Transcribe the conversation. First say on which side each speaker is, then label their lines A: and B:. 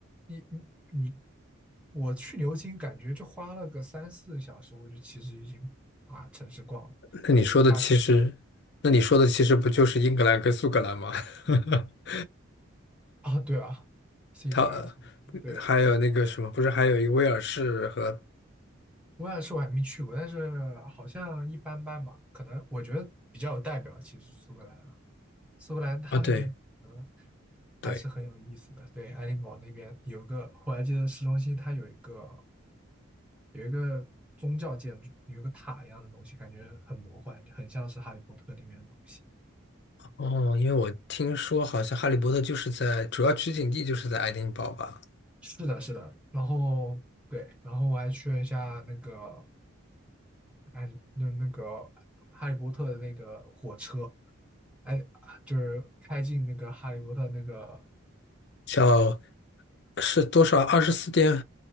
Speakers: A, in the centre; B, on the left.
A: 你你你，我去牛津感觉就花了个三四个小时，我就其实已经把城市逛了。
B: 那你说的其实，
A: 牛津大学
B: 那你说的其实不就是英格兰跟苏格兰吗？<laughs>
A: 啊，对啊，是英格兰，
B: 它
A: 对对对，
B: 还有那个什么，不是还有一个威尔士和
A: 威兰是我还没去过，但是好像一般般吧。可能我觉得比较有代表，其实苏格兰啊，苏格兰它那边可能
B: 啊？对对，
A: 还是很有意思的。对，爱丁堡那边有一个，我还记得市中心它有一个有一个宗教建筑，有一个塔一样的东西，感觉很魔幻，很像是《哈利波特》里面的东西。
B: 哦，因为我听说好像《哈利波特》就是在主要取景地就是在爱丁堡吧？
A: 是的，是的。然后对，然后我还去了一下那个哎，那那个《哈利波特》的那个火车，哎，就是开进那个哈利波特那个，
B: 叫是多少？二十四点